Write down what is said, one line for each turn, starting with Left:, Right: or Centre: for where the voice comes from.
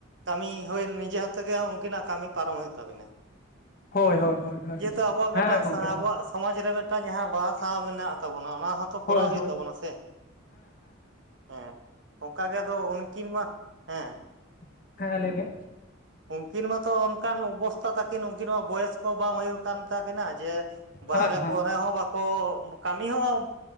Right: ᱠᱟᱹᱢᱤ ᱦᱩᱭ ᱱᱤᱡᱮᱛᱮᱜᱮ ᱩᱱᱠᱤᱱᱟᱜ ᱠᱟᱹᱢᱤ ᱯᱟᱨᱚᱢ ᱦᱩᱭᱩᱜ ᱛᱟᱹᱵᱤᱱᱟ᱾
Left: ᱦᱳᱭ ᱦᱳᱭ ᱦᱳᱭ ᱦᱳᱭ ᱦᱳᱭ
Right: <unintelligible>
Left: ᱦᱳᱭ ᱦᱳᱭ
Right: ᱡᱮᱦᱮᱛᱩ ᱟᱵᱚᱣᱟᱜ
Left: ᱦᱳᱭ
Right: ᱢᱤᱫᱴᱟᱝ
Left: ᱜᱚᱢᱠᱮ
Right: ᱟᱵᱚᱣᱟᱜᱼᱼ ᱥᱚᱢᱟᱡᱽ ᱨᱮ ᱢᱤᱫᱴᱟᱝ ᱡᱟᱦᱟᱸ ᱵᱟᱦᱟ ᱥᱟᱦᱟᱶ ᱢᱮᱱᱟᱜ ᱛᱟᱵᱚᱱᱟ ᱚᱱᱟ ᱦᱚᱸ, ᱛᱚ ᱠᱚᱨᱟᱣ
Left: ᱦᱳᱭ
Right: ᱦᱩᱭᱩᱜ
Left: ᱦᱳᱭ
Right: ᱛᱟᱵᱚᱱᱟ ᱥᱮ, ᱦᱮᱸ ᱚᱱᱠᱟ ᱜᱮ ᱟᱫᱚ ᱩᱱᱠᱤᱱ ᱢᱟ, ᱦᱮᱸ
Left: <unintelligible> ᱦᱮᱸ ᱦᱮᱸ ᱞᱟᱹᱭ ᱵᱤᱱ?
Right: ᱩᱱᱠᱤᱱ ᱢᱟᱛᱚ ᱚᱱᱠᱟᱱ ᱚᱵᱚᱥᱛᱟ ᱛᱟᱹᱠᱤᱱ, ᱩᱱᱠᱤᱱ ᱢᱟ ᱵᱚᱭᱚᱥ ᱠᱚ ᱵᱟᱝ ᱦᱩᱭᱩᱜᱼᱼ ᱠᱟᱱ ᱛᱟᱹᱠᱤᱱᱟ ᱡᱮ ᱵᱟᱨᱮ
Left: ᱦᱮᱸ ᱦᱮᱸ
Right: ᱠᱚᱨᱮ ᱦᱚᱸ ᱵᱟᱼᱼ ᱠᱚ, ᱠᱟᱹᱢᱤ ᱦᱚᱸ,